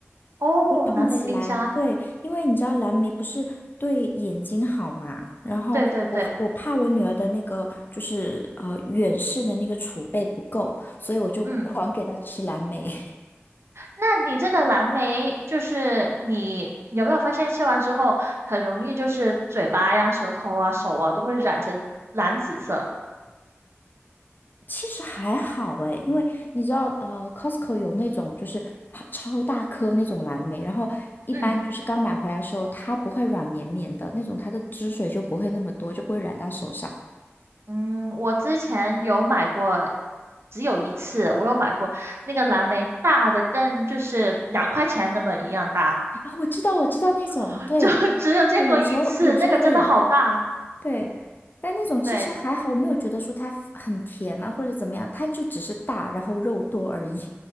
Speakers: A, on the right; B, on the left.
A: 哦，
B: 会冻起来。
A: 蓝莓冰沙，
B: 对，因为你知道蓝莓不是对眼睛好嘛，然后我我怕我女儿的那个就是呃远视的那个储备不够，
A: 对对对，
B: 所以我就狂给她吃蓝莓。
A: 嗯，那你这个蓝莓就是你有没有发现吃完之后很容易就是嘴巴呀、舌头啊、手啊都会染成蓝紫色？
B: 其实还好诶，因为你知道，呃，Costco 有那种就是它超大颗那种蓝莓，然后一般就是刚买回来的时候，
A: 嗯。
B: 它不会软绵绵的那种，它的汁水就不会那么多，就不会染到手上。
A: 嗯，我之前有买过，只有一次，我有买过那个蓝莓，大的跟就是两块钱那么一样大，
B: 啊，我知道，我知道那种，
A: <laughs>
B: 对，
A: 就只有见过一次，
B: 我有时候有时候会有，
A: 那个真的好大。
B: 对，但那种其实还好，
A: 对，
B: 我没有觉得说它很甜啊或者怎么样，它就只是大，然后肉多而已。